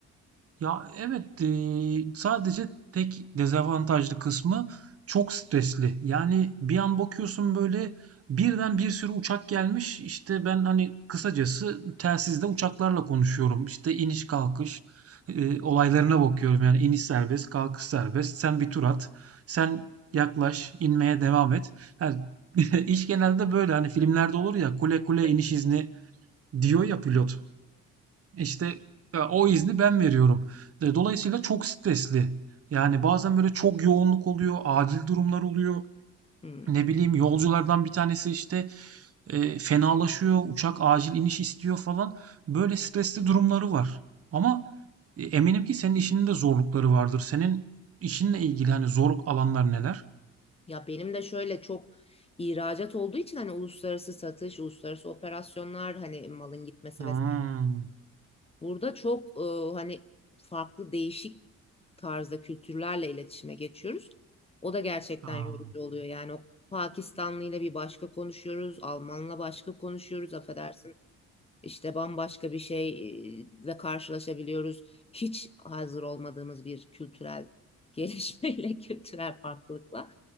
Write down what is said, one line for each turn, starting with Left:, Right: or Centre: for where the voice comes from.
Right: Ya evet eee, sadece tek dezavantajlı kısmı çok stresli. Yani bir an bakıyorsun böyle birden bir sürü uçak gelmiş. İşte ben hani kısacası telsizde uçaklarla konuşuyorum. İşte iniş kalkış eee, olaylarına bakıyorum. Yani iniş serbest, kalkış serbest. Sen bir tur at. Sen yaklaş, inmeye devam et. Yani <laughs> iş genelde böyle hani filmlerde olur ya kule kule
Left: <laughs>
Right: iniş izni diyor ya pilot. İşte ya o izni ben veriyorum. E, Dolayısıyla çok stresli. Yani bazen böyle çok yoğunluk oluyor, acil durumlar oluyor.
Left: Hmm.
Right: Ne bileyim yolculardan bir tanesi işte e, fenalaşıyor, uçak acil iniş istiyor falan. Böyle stresli durumları var. Ama e, eminim ki senin işinin de zorlukları vardır. Senin işinle ilgili hani zorluk alanlar neler?
Left: Ya benim de şöyle çok ihracat olduğu için hani uluslararası satış, uluslararası operasyonlar hani malın gitmesi
Right: Hmm.
Left: vesaire Burada çok e, hani farklı değişik tarzda kültürlerle iletişime geçiyoruz. O da gerçekten
Right: Ha.
Left: yorucu oluyor. Yani o Pakistanlı ile bir başka konuşuyoruz, Almanla başka konuşuyoruz, affedersin işte bambaşka bir şeyle karşılaşabiliyoruz. Hiç hazır olmadığımız bir kültürel <laughs> gelişmeyle, kültürel farklılıkla.